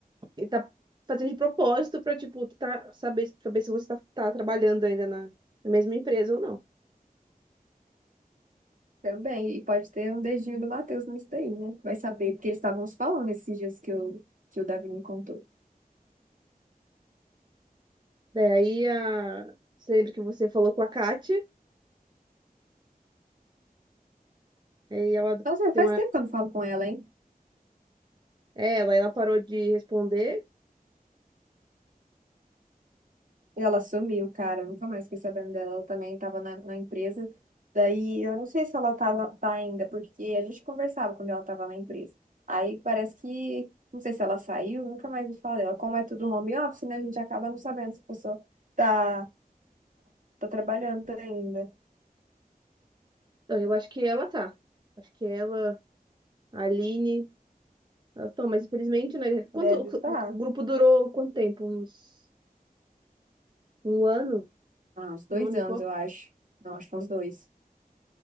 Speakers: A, on the right; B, on the right.
A: ele tá fazendo de propósito pra, tipo, tá, saber, saber se você tá, tá trabalhando ainda na, na mesma empresa ou não.
B: Também, e pode ter um dedinho do Matheus nisso daí, né? Vai saber, porque eles estavam se falando esses dias que, eu, que o Davi me contou.
A: Daí, a, você lembra que você falou com a Kátia, aí ela
B: Nossa, faz
A: tem uma,
B: tempo que eu não falo com ela, hein?
A: é, ela, ela parou de responder.
B: E ela sumiu, cara, eu nunca mais fiquei sabendo dela. Ela também estava na, na empresa. Daí, eu não sei se ela tava, tá ainda, porque a gente conversava quando ela estava na empresa. Aí parece que, não sei se ela saiu, nunca mais me fala dela. Como é tudo home office, né? A gente acaba não sabendo se a pessoa tá, tá trabalhando ainda.
A: Não, Eu acho que ela tá. Acho que ela, a Aline, ela tá, mas infelizmente, né? Quanto,
B: Deve estar.
A: o
B: Tá.
A: grupo durou quanto tempo? Uns, um ano?
B: Ah, uns dois
A: Um ano
B: anos,
A: e pouco?
B: eu acho. Não, acho que uns dois.